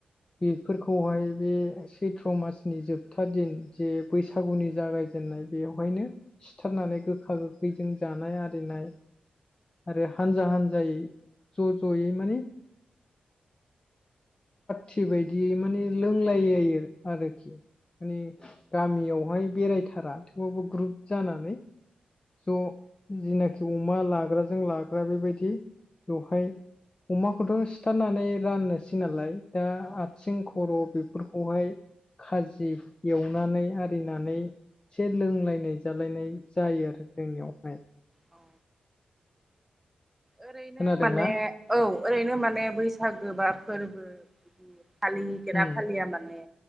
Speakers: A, on the left; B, in the centre.
A: बेफोरखौहाय बे सैथ्र' मासनि जोबथा दिन जे बैसागुनि जागाय दोननाय बेवहायनो सिथारनानै गोखा गोखैजों जानाय आरिनाय आरो हानजा हानजायै ज' ज'यै माने थिबायदियै माने लोंलायलायो आरोखि। माने गामियावहाय बेरायथारा थेवबाबो ग्रुप जानानै ज' जिनाखि अमा लाग्राजों लाग्रा बेबायदि बेवहाय अमाखौथ' सिथारनानै राननोसै नालाय। दा
B: औ
A: आथिं खर' बेफोरखौहाय खाजि एवनानै आरिनानै एसे लोंलायनाय जालायनाय जायो आरो जोंनियावहाय।
B: औ ओरैनो
A: खोनादोंना
B: माने औ ओरैनो माने बैसागो बा फोरबो बिदि फालिगोना
A: उम
B: फालिया माने